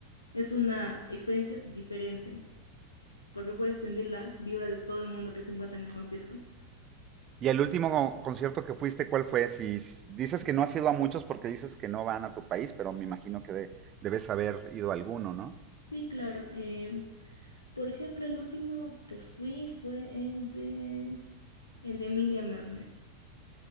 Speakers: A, on the left; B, on the right.
A: Es una experiencia diferente porque puedes sentir la vibra de todo el mundo que se encuentra en el concierto.
B: Y el último con- concierto que fuiste, ¿cuál fue? Si s- dices que no has ido a muchos porque dices que no van a tu país, pero me imagino que de- debes haber ido a alguno, ¿no?
A: Sí, claro. eh, por ejemplo, el último que fui fue el de, el de Emilia Mernes,